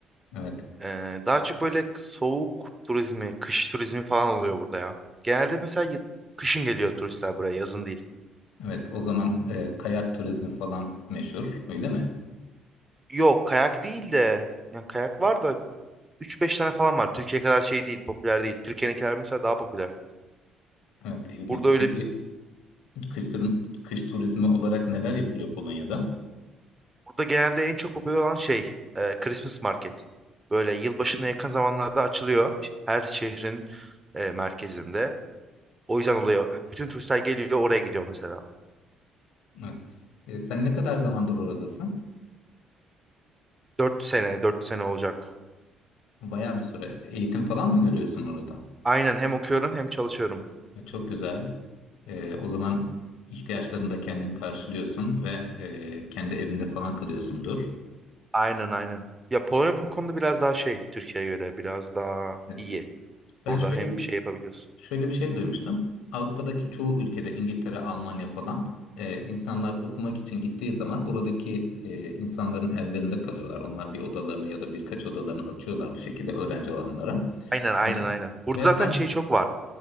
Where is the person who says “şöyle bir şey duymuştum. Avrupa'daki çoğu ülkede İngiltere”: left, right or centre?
Left